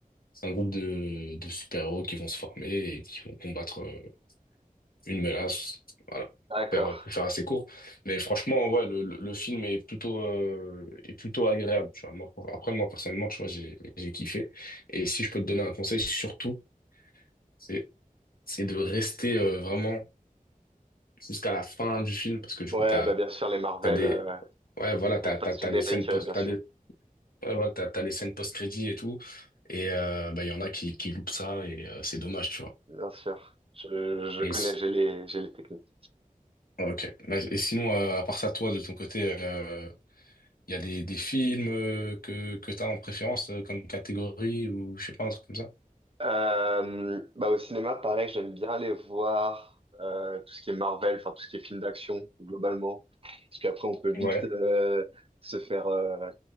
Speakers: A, on the left (about 85°); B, on the right (about 40°).
A: c'est un groupe de, de super-héros qui vont se former et qui vont combattre euh, une menace, voilà,
B: D'accord.
A: pour faire, pour faire assez court. Mais franchement, ouais, le, le, le film est plutôt, euh, est plutôt agréable, tu vois. Moi, après, moi, personnellement, tu vois, j'ai, j'ai kiffé. Et si je peux te donner un conseil, surtout, c'est, c'est de rester euh, vraiment jusqu'à la fin du film parce que du
B: Ouais,
A: coup, t'as,
B: bah bien sûr, les Marvel,
A: T'as des,
B: euh,
A: ouais, voilà, t'as,
B: même
A: t'as,
B: pas
A: t'as
B: générique,
A: des scènes post,
B: euh, bien
A: t'as
B: sûr.
A: des, ouais, voilà, t'as, t'as les scènes post-crédit et tout. Et, euh, bah, il y en a qui, qui loupent ça et euh, c'est dommage, tu vois.
B: Bien sûr. Je, je
A: Et,
B: connais,
A: s-
B: j'ai les, j'ai les techniques.
A: ah, ok. Bah, et sinon, euh, à part ça, toi, de ton côté, euh, il y a des, des films euh, que, que t'as en préférence euh, comme catégorie ou je sais pas, un truc comme ça?
B: Euh, bah au cinéma, pareil, j'aime bien aller voir euh, tout ce qui est Marvel, enfin tout ce qui est film d'action, globalement. Parce qu'après, on peut vite
A: Ouais.
B: euh, se faire, euh,